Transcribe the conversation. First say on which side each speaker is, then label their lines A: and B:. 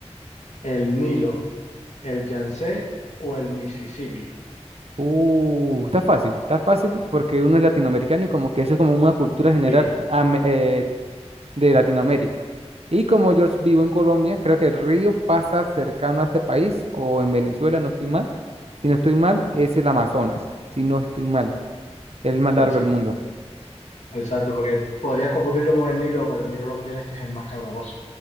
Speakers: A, on the left; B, on the right.
A: el Nilo, el Yangtze o el Mississippi?
B: Uh, está fácil, está fácil porque uno es latinoamericano y como que eso es como una cultura general
A: Sí,
B: ame- eh, de Latinoamérica. Y como yo s- vivo en Colombia, creo que el río pasa cercano a este país o en Venezuela, no estoy mal. Si no estoy mal, es el Amazonas. Si no estoy mal, el más
A: ex-
B: largo del mundo.
A: exacto, porque podrías confundirlo con el Nilo, pero el Nilo lo que tiene es que es el más caudaloso.